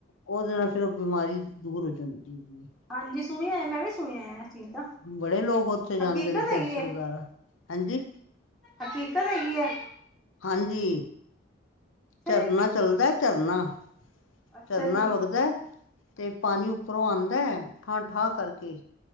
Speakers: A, on the left (about 85°); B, in the centre.
A: ਉਹਦੇ ਨਾਲ ਫੇਰ ਉਹ ਬਿਮਾਰੀ ਦੂਰ ਹੋ ਜਾਂਦੀ ਹੈਗੀ ਏ।
B: ਹਾਂਜੀ ਸੁਣਿਆ ਮੈਂ ਵੀ ਸੁਣੀਐ ਏਸ ਚੀਜ਼ ਦਾ।
A: ਬੜੇ ਲੋਕ ਉੱਥੇ ਜਾਂਦੇ
B: ਹਕੀਕਤ
A: ਨੇ ਸ਼ੈਸਰਧਾਰਾ
B: ਹੈਗੀ ਏ।
A: ਹਾਂਜੀ।
B: ਹਕੀਕਤ ਹੈਗੀ ਆ।
A: ਹਾਂਜੀ। ਝਰਨਾ
B: ਜੀ,
A: ਚੱਲਦਾ ਝਰਨਾ,
B: ਅੱਛਾ
A: ਝਰਨਾ
B: ਜੀ।
A: ਵਗਦਾ? ਤੇ ਪਾਣੀ ਉੱਪਰੋਂ ਆਂਦਾ ਠਾਂ-ਠਾਂ ਕਰਕੇ